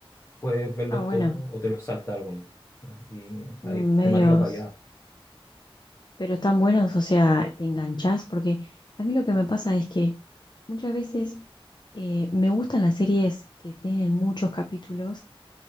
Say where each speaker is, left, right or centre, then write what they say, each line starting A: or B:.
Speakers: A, on the left (about 25°); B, on the left (about 50°).
A: puedes verlos
B: Ah, bueno,
A: todos o te los salta alguno. ¿no? Y hay
B: medios.
A: temáticas variadas.
B: Pero están buenos, o sea, te enganchás, porque a mí lo que me pasa es que muchas veces eh, me gustan las series que tienen muchos capítulos,